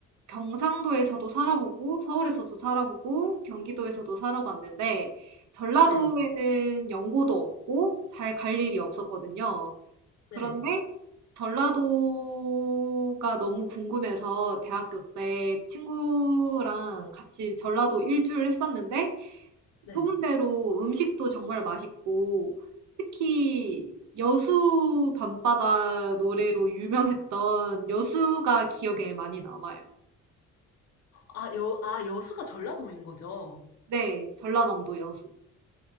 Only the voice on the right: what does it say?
경상도에서도 살아보고 서울에서도 살아보고 경기도에서도 살아봤는데 전라도에는
연고도 없고 잘 갈 일이 없었거든요. 그런데
전라도가 너무 궁금해서 대학교 때 친구랑 같이 전라도 일주를 했었는데
소문대로 음식도 정말 맛있고 특히 여수 밤바다 노래로 유명했던 여수가 기억에 많이 남아요.
네, 전라남도 여수.